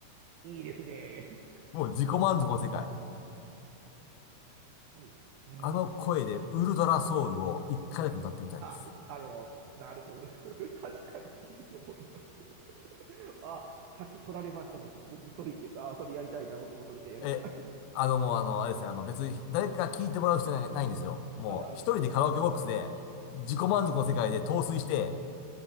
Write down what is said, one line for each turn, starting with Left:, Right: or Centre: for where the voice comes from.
Right: いいですね。
Left: もう自己満足の世界。
Right: 確かに。うん。
Left: あの声でウルトラソウルを一回だけ歌ってみたいです。
Right: あ、うあの、なるほど。<laughs> 確かにいいと思います。あ、さっき取られました、僕。僕もそれ、あ、それやりたいな。僕もそれでやりたい。
Left: え、あのもうあの、あれですよ。あの別に誰か聞いてもらう必要ない、ないんですよ。もう一人でカラオケボックスで自己満足の世界で陶酔して
Right: ああ